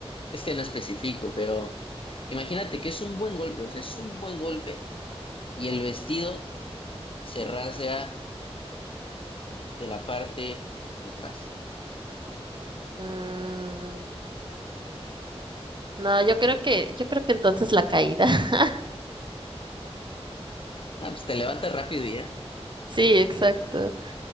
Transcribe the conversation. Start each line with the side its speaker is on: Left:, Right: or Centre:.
Left: es que no especifico, pero imagínate que es un buen golpe, o sea, es un buen golpe y el vestido se rasga de la parte de atrás.
Right: Mm, no, yo creo que, yo creo que entonces la caída. <laughs>
Left: Ah, pues te levantas rápido y ya.
Right: Sí, exacto.